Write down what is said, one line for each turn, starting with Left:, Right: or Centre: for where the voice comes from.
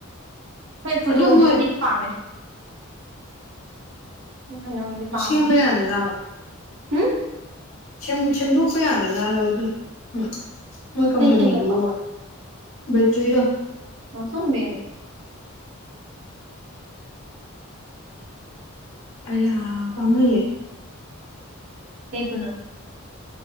Right: ꯐꯥꯔꯦ ꯐꯣꯇꯣꯒꯤꯕꯨꯗꯤ
Left: ꯑꯗꯨ ꯃꯣꯏ
Right: ꯄꯥꯃꯦ ꯑꯗꯨ ꯀꯩꯅꯣꯒꯤꯗꯤ ꯄꯥꯝꯗꯦ
Left: ꯁꯦꯝꯕ ꯌꯥꯗꯖꯥꯠꯂꯣ
Right: ꯍꯨꯝ
Left: ꯁꯦꯝ ꯁꯦꯝꯗꯣꯛꯄ ꯌꯥꯗꯖꯥꯠꯂꯕ ꯑꯗꯨꯗꯨ ꯃꯣꯢ ꯃꯣꯏ ꯀꯝꯄꯅꯤꯗꯨꯕꯣ
Right: ꯆꯩ ꯁꯦꯡꯗꯣꯛꯄ
Left: ꯕꯦꯇ꯭ꯔꯤꯗꯣ
Right: ꯃꯐꯝ <unintelligible>
Left: ꯑꯌꯥ ꯄꯥꯝꯃꯨꯏꯌꯦ
Right: ꯀꯩꯕꯨꯅꯣ